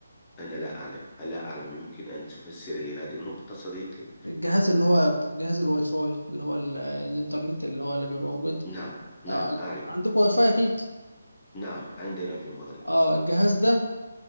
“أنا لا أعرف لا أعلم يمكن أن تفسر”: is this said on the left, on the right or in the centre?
Left